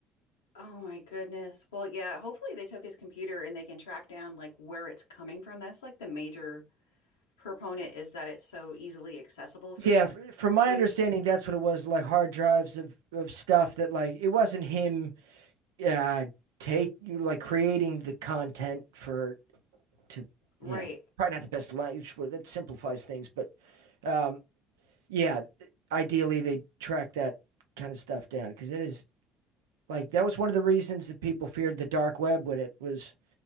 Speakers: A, on the left; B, on the right.
A: Oh my goodness. Well, yeah, hopefully they took his computer and they can track down like where it's coming from. That's like the major proponent is that it's so easily accessible for
B: Yeah,
A: these
B: from
A: creeps.
B: my understanding, that's what it was like hard drives of, of stuff that, like, it wasn't him uh, take like creating the content for to,
A: Right.
B: yeah, probably not the best language for that simplifies things, but um, yeah, ideally they track that kind of stuff down because it is like that was one of the reasons that people feared the dark web when it was